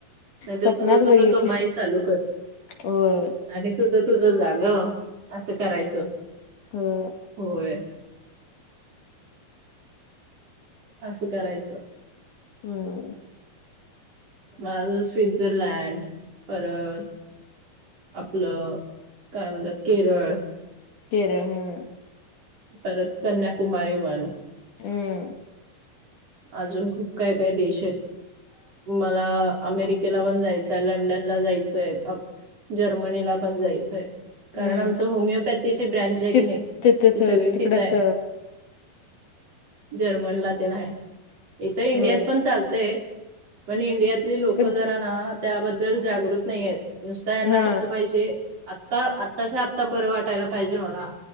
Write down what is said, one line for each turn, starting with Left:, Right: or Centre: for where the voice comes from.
Right: नाहीतर
Left: स्वप्नात
Right: तुझ तुझ
Left: बघितले
Right: कमाई चालू कर.
Left: होय
Right: आणि तुझ तुझ जाग ग. अस करायच.
Left: ह
Right: होय अस करायच.
Left: हम्म
Right: मग अजुन स्वित्झरलँड परत आपल काय म्हणतात केरळ
Left: केरळ हम्म
Right: परत कन्याकुमारी म्हण
Left: हम्म
Right: अजून खूप काय काय देश आहेत. मला अमेरिकेला पण जायचय. लंडनला जायचय. जर्मनीला पण जायचय. कारण,
Left: हम्म
Right: आमच होमिओपॅथीची ब्रँच आहे की
Left: ति
Right: नाही,
Left: तिथेच
Right: ती सगळी
Left: तिकडच
Right: तिथ आहे. जर्मनला तेन आहे. इथ इंडियात
Left: होय
Right: पण चालतय. मने इंडियातली लोकं
Left: क
Right: जरा ना, त्याबद्दल जागृत नाही आहेत. नुसता यांना
Left: हा
Right: कसं पाहिजे आता, आत्ताच्या आत्ता बरं वाटायला पाहिजे मला